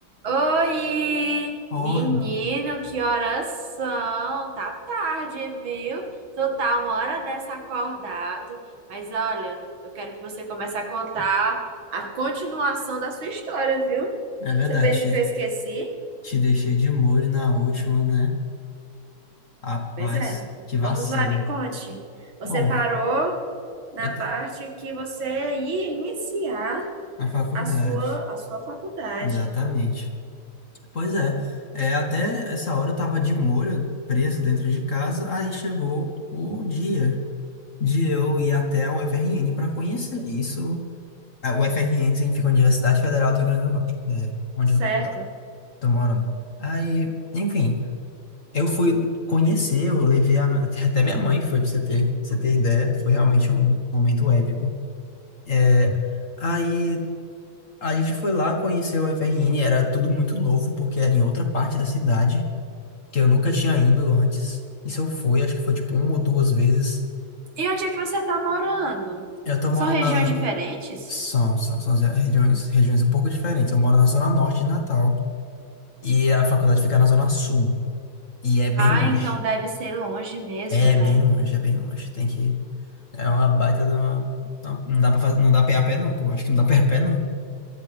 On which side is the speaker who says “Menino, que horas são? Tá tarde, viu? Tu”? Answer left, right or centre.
Right